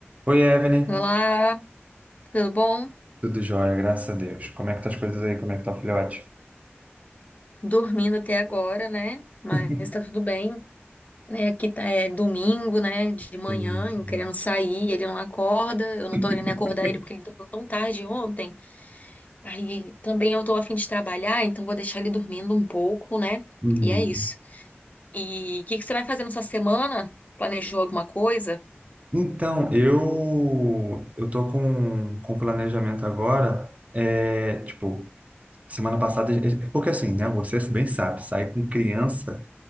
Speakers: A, on the right (about 35°); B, on the left (about 35°).
A: Oi, Evelyn.
B: Olá, tudo bom?
A: Tudo jóia, graças a Deus. Como é que tá as coisas aí? Como é que tá o filhote?
B: Dormindo até agora, né? Mas
A: <laughs>
B: tá tudo bem, né? Aqui tá, é domingo, né? De manhã,
A: Sim, sim.
B: eu querendo sair, ele não acorda, eu não
A: Uhum,
B: tô querendo acordar ele porque ele dormiu tão tarde ontem. Aí também eu tô a fim de trabalhar, então vou deixar ele dormindo um pouco, né?
A: uhum.
B: E é isso. E o que que você vai fazer nessa semana? Planejou alguma coisa?
A: Então, eu eu tô com, com um planejamento agora, é, tipo, semana passada, é- é, porque assim, né, você bem sabe, sair com criança,